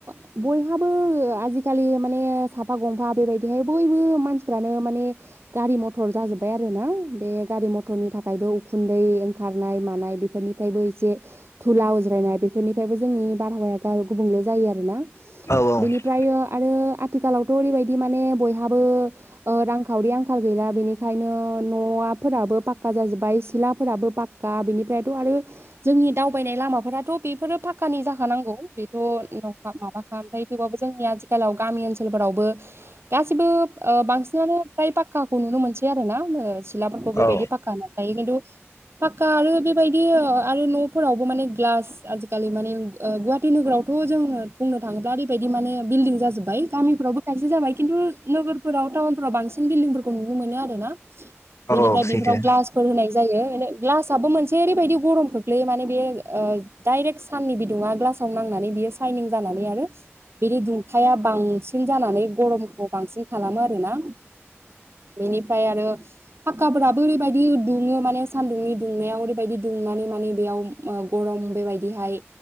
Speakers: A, on the right; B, on the left.
A: बयहाबो ओ आजिखालि माने साफा गंफा बेबायदिहाय बयबो मानसिफ्रानो माने गारि मथर जाजोब्बाय आरो ना बे गारि मथरनि थाखायबो उखुन्दै ओंखारनाय मानाय बेफोरनि बो एसेुलाायनाय बेफोरनिफ्राय जोंनि बाराव गुब जायो आरोना
B: औ
A: बिनिफ्रायो आरो आथिखालावथ' ओरैबायदि माने बयहाबो ओ रांखावरि आंखाल गैला बेनिखायनो न'वाफोराबो पाक्का जाजोब्बाय सिलाफोराबो पाक फका बिनिफ्रायथ' आरो जोंनि दावबायनाय लामाफोराथ' बेफोरो फाखक्कानि जाखाानांगौ बेथ' न माबाख ओमफ्राय थेवबबो जोंनि आथिखालाव गामि ओनसोलफोरावबो गासिबो ओ बांसिनानो फ्राय पाखक्काखौ नुनो मोनसै आरो ना सिलाफोरखौ बेबायदि
B: औ
A: पाखक्क होन नाय खिन्थु फाक्का आरो बेबायदि आरो न'फोरावबो माने ग्लास आजिखालि माने ओ गुाहाटी‌ नोगोराव थ' जोङो बुंनो थाङोब्ला ओरैबायदि माने बिल्डिं जाजोब्बाय गामिफ्रावबो गायसे जाबाय खिन्थु नोगोरफोराव टाउनफोराव बांसिन बिल्डिंफोरखौ नुनो मोनो आरो ना
B: <unintelligible>
A: बेनिफ्राय
B: सैथो
A: बेफोराव ग्लास फोर होनाय जायो ग्लासाबबो मोनसे ओरैबायदि गरम खोख्लैयो माने बे ओ डाइरेक्ट साननि बिदुङा ग्लासाव नांनानै बियो साइनिं जानानै आरो बिनि दुंथाया बांसिन जानानै गरमखौ बांसिन खालामो आरोना बेनिफ्राय आरो फाखक्काफोराबो ओरैबायदि दुङो माने सानदुंनि दुंनायाव ओरैबायदि दुंनानै माने बेयाव आ गरम बेबायदिहाय